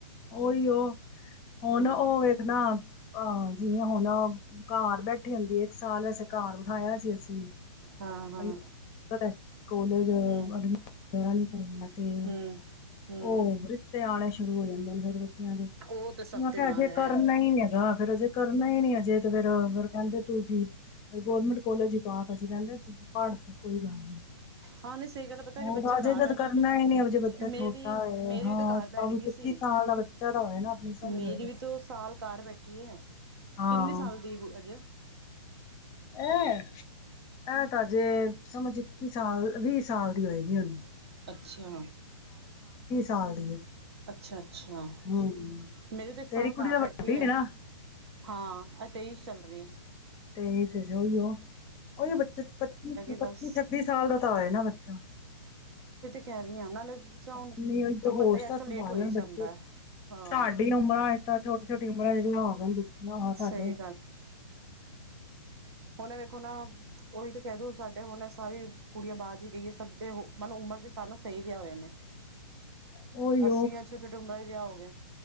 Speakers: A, on the left (about 25°); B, on the right (about 55°).
A: ਉਹੀ ਉ ਹੁਣ
B: ਹਾਂ
A: ਉਹ ਵੇਖਨਾ ਆਹ ਜਿਵੇਂ ਹੁਣ ਘਰ ਬੈਠੀ ਹੁੰਦੀ ਏ ਇਕ ਸਾਲ ਆਸਤੇ ਘਰ ਬਿਠਾਇਆ ਸੀ ਅਸੀਂ
B: ਹਾਂ ਹਾਂ
A: ਹੂ ਕਾਲਜ ਆਹ
B: ਹਮ
A: <unintelligible> ਤੇ
B: ਹਮ
A: ਤ
B: ਹਮ
A: ਉਹ ਰਿਸ਼ਤੇ ਆਣੇ ਸ਼ੁਰੂ ਹੋ ਜਾਣ ਬੱਚਿਆਂ ਦੇ
B: ਉਹ ਤਾਂ ਸਭ
A: ਮੈਂ
B: ਦੇ
A: ਕਿਹਾ
B: ਨਾਲ
A: ਅਜੇ
B: ਹੈ
A: ਕਰਨ ਨਹੀਂ ਹੈਗਾ ਫਿਰ ਅਜੇ ਕਰਨਾ ਹੀ ਨਹੀਂ ਅਜੇ ਤੇ ਫਿਰ ਕਹਿੰਦੇ ਤੂੰ ਸੀ ਗੋਰਮੈਂਟ ਕੋਲਜ ਚ ਪਾ ਤਾ ਸੀਂ ਕਹਿੰਦੇ ਪੜ ਕੋਈ ਗੱਲ ਨਹੀਂ
B: ਹਾਂ ਸਹੀ ਗੱਲ ਐ ਪਤਾ ਕਿ
A: ਔਰ
B: ਬੱਚੇ
A: ਅਜੇ
B: ਘਰ ਰਹਿੰਦਾ
A: ਜਦ ਕਰਨਾ ਹੀ ਨਹੀਂ ਅਜੇ ਬੱਚਾ
B: ਮੇਰੀ
A: ਛੋਟਾ ਹੋਏ
B: ਮੇਰੀ
A: ਹਾਂ
B: ਵੀ ਤੇ ਘਰ ਪੈ
A: ਤਾਂ
B: ਗਈ
A: ਵੀ
B: ਸੀ
A: ਸਾਲ ਦਾ ਬੱਚਾ ਤਾਂ ਹੋਏ ਨਾ ਆਪਣੀ ਸਮਝ
B: ਮੇਰੀ
A: ਹੋਏ ਬੱਚੇ
B: ਵੀ ਤਾਂ ਦੋ ਸਾਲ ਕਾਰ ਬੈਠੀ ਹੈ
A: ਹਾਂ
B: ਕਿੰਨੇ ਸਾਲ ਦੀ ਹੋਈ ਆ ਅਜੇ
A: ਐ ਇਹ ਤਾਂ ਜੇ ਸਮਝ ਇਕੀ ਸਾਲ ਵੀ ਸਾਲ ਦੀ ਹੋਏਗੀ ਉਹਨੂੰ
B: ਅੱਛਾ
A: ਸਾਲ ਦੀ ਹੈ
B: ਅੱਛਾ ਅੱਛਾ
A: ਹਮ
B: ਮੇਰੀ ਤੇ ਇੱਕ ਸਾਲ
A: ਤੇਰੀ ਕੁੜੀ
B: ਘਰ
A: ਤਾਂ ਵੱਡੀ
B: ਬੈਠੀ ਐ
A: ਹੈ ਨਾ
B: ਹਾਂ ਇਹ ਤੇਈਸ ਚ ਚੱਲ ਰਹੀ ਐ
A: ਤੇਈ ਸ ਉਹੀ ਉਹ ਉਹੀ ਪੱਚੀ
B: ਬਸ
A: ਪੱਚੀ ਛੱਬੀ ਸਾਲ ਦਾ ਤ ਹੋਏ ਨਾ ਬੱਚਾ।
B: ਕਹਿਣੀ ਹਾਂ ਨਾਲੇ। ਬੱਚਾ ਹੁਣ
A: ਅਪਣੀ ਅਈਓ
B: ਤੁਹਾਨੂੰ ਪਤਾ
A: ਹੋਸ਼
B: ਹੀ
A: ਤਾਂ
B: ਅੱਜ
A: ਸੰਭਾਲ
B: ਕੱਲ੍ਹ ਲੇਟ ਹੋ ਹੀ
A: ਲੈਣ
B: ਜਾਂਦਾ
A: ਬੱਚੇ।
B: ਹੈ ਹਾਂ
A: ਸਾਡੀ ਉਮਰਾਂ ਚ ਤ ਛੋਟੀ ਛੋਟੀ ਉਮਰਾਂ ਚ ਵਿਆਹ ਹੋ ਜਂਦੇ ਸੀ ਨਾ ਸਾਡੇ।
B: ਸਹੀ ਹੁਨ ਏ ਵੇਖੋ ਨਾ ਓਹੀ ਤੇ ਕਹਿ ਰਹੀ ਉ ਸਾਡੇ ਹੁਣ ਸਾਰੀ ਕੁੜੀਆਂ ਬਾਅਦ ਜੀ ਗਈ ਏ ਸਭ ਤੇ ਉਹ ਮਤਬ ਉਮਰ ਦੇ ਹਸਾਬ ਨਾਲ ਸਹੀ ਵਿਆ ਹੋ ਜਾਨੇ।
A: ਉਹੀ
B: ਅੱਸੀ ਆ ਛੋਟੇ ਛੋਟੇ ਊਮਰਾਂ ਚ ਵਿਆਹ ਹੋ ਗਏ।